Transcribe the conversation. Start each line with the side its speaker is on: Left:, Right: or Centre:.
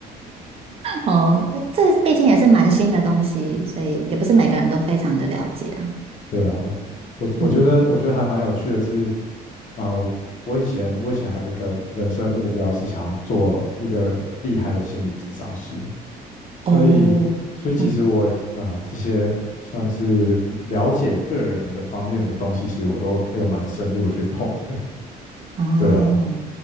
Right: 哦，这毕竟也是蛮新的东西，所以也不是每个人都非常的了解啊。
Left: 对啊，我我觉得我觉得还蛮有趣的是
Right: 嗯。
Left: 啊、呃我我以前我以前还有一个人生目标是想要做一个厉害的心理咨商师，所以，
Right: 哦，
Left: 所以其实我啊、
Right: 嗯，
Left: 呃这些算是了解个人的方面的东西，其实我都有蛮深入的去碰的。
Right: 哦，
Left: 对啊，